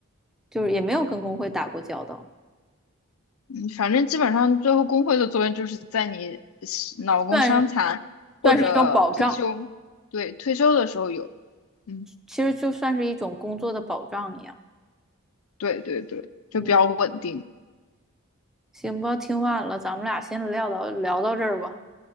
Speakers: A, in the centre; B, on the left (about 75°).
A: 就是也没有跟工会打过交道，
B: 嗯反正基本上最后工会的作用就是在你脑工伤残或者退休，
A: 算算是一种保障，
B: 对，退休的时候有，嗯，
A: 其实就算是一种工作的保障一样。
B: 对对对，就比较稳定。
A: 嗯，行吧，听晚了，咱们俩先聊到聊到这儿吧。